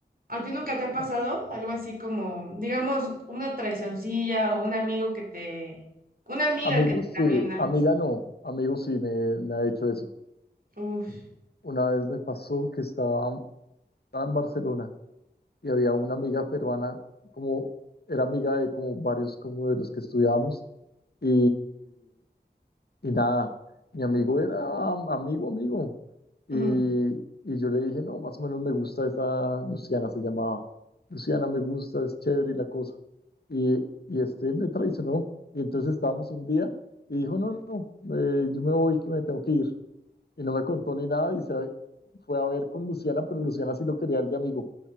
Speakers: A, on the right (about 55°); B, on the left (about 65°).
A: ¿a ti nunca te ha pasado
B: No sé.
A: algo así como, digamos, una traicioncilla o un amigo que te, una amiga
B: Amigos,
A: que
B: sí,
A: también algo
B: amiga
A: así?
B: no, amigos sí me, me ha hecho eso.
A: Uf,
B: Una vez me pasó que estaba, estaba en Barcelona y había una amiga peruana, como era amiga de como varios como de los que estudiábamos y, y nada, mi amigo era am- amigo, amigo. Y,
A: ujú.
B: y yo le dije, no, más o menos me gusta esa Luciana, se llamaba. Luciana me gusta, es chévere y la cosa. Y, y este me traicionó. Y entonces estábamos un día y dijo, no, no, no, eh, yo me voy, que me tengo que ir. Y no me contó ni nada y se fue a ver con Luciana, pero Luciana sí lo quería el de amigo.